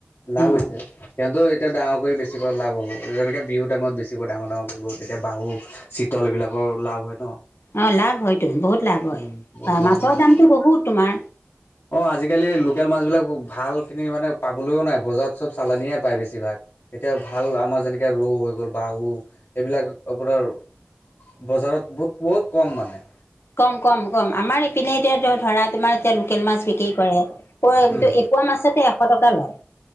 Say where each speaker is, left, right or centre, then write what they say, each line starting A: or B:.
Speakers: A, on the left; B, on the left.
A: লাভ হৈছে
B: অ
A: সিহতো এতিয়া ডাঙৰ কৰি বেছিব লাভ হ'ব যেনেকৈ বিহু টাইমত বেছিব ডাঙৰ ডাঙৰ কৰিব তেতিয়া বাহু চিতল এইবিলাকৰ লাভ হয় ন
B: অ লাভ হয়টো বহুত লাভ হয়
A: উম বহুত লাভ
B: মাছৰ
A: হয়
B: দামটো বহুত তোমাৰ
A: অ আজিকালি লোকেল মাছ বিলাক ভাল খিনি মানে পাবলৈও নাই বজাৰত চব চালানিয়ে পায় বেছিভাগ এতিয়া ভাল আমাৰ যেনেকে ৰৌ হৈ গ'ল বাহু এইবিলাক আপোনাৰ বজাৰত বহুত - বহুত কম মানে।
B: কম-কম-কম আমাৰ ইপিনে এতিয়া ধৰা তোমাৰ এতিয়া লোকেল মাছ বিক্ৰী কৰে।
A: উম
B: এপোৱা মাছেতে এশ টকা লয়